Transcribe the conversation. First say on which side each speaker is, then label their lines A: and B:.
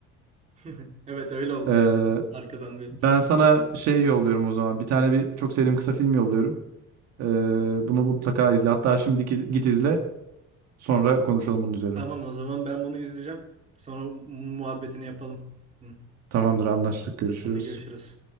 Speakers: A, on the right; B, on the right.
A: <laughs> evet öyle oldu
B: Ee,
A: ya. Arkadan bir.
B: Ben sana şey yolluyorum o zaman. Bir tane bir çok sevdiğim kısa film yolluyorum. Ee, bunu mutlaka izle. Hatta şimdi git git izle. Sonra konuşalım bunun üzerine.
A: Tamam o zaman ben bunu izleyeceğim. Sonra mu- muhabbetini yapalım. Hı.
B: Tamamdır, anlaştık. Görüşürüz.
A: Hadi görüşürüz.